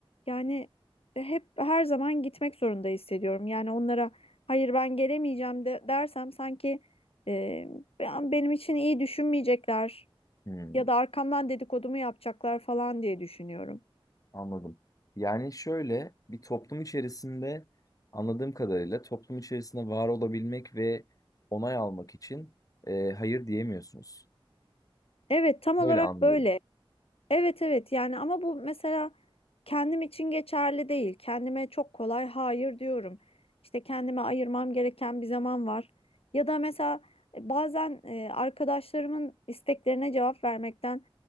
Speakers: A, on the left (about 80°); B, on the left (about 35°).
A: Yani hep her zaman gitmek zorunda hissediyorum. Yani onlara hayır ben gelemeyeceğim de dersem sanki e, ben- benim için iyi düşünmeyecekler
B: hmm,
A: ya da arkamdan dedikodumu yapacaklar falan diye düşünüyorum.
B: anladım. Yani şöyle bir toplum içerisinde anladığım kadarıyla toplum içerisinde var olabilmek ve onay almak için e, hayır diyemiyorsunuz.
A: Evet, tam
B: Böyle
A: olarak
B: anlıyorum.
A: böyle. Evet evet yani ama bu mesela kendim için geçerli değil. Kendime çok kolay hayır diyorum. İşte kendime ayırmam gereken bir zaman var. Ya da mesela e, bazen e, arkadaşlarımın isteklerine cevap vermekten